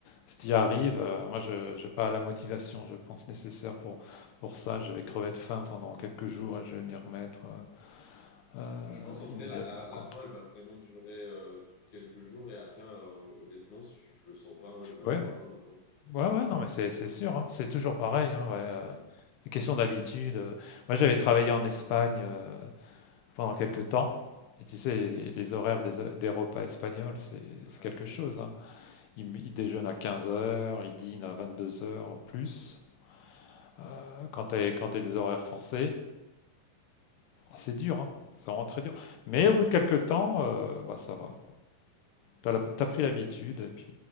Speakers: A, on the left; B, on the left.
A: si tu y arrives, euh, moi, je j'ai pas la motivation, je pense, nécessaire pour, pour ça. Je vais crever de faim pendant quelques jours et je vais m'y remettre euh, euh,
B: Mais je pense, en
A: immédiatement,
B: vrai, la, la, la
A: quoi.
B: faim, elle va vraiment durer euh, quelques jours. Et après, euh, honnêtement, si je le sens pas. Moi, j'ai même
A: Ouais,
B: plus faim maintenant.
A: ouais, ouais, non, mais c'est c'est sûr, hein, c'est toujours pareil. Hein, ouais, euh, les questions d'habitude. euh. Moi, j'avais travaillé en Espagne euh, pendant quelques temps. Et tu sais, les, les horaires des, des repas espagnols, c'est
B: Ouais.
A: c'est quelque
B: <laughs>
A: chose. hein. Ils, ils déjeunent à quinze heures, ils dînent à 22h plus. euh, quand tu as, des horaires forcés. C'est dur, hein. c'est vraiment très dur. Mais au bout de quelques temps, euh, bah, ça va. Tu
B: Ok.
A: as, pris l'habitude et puis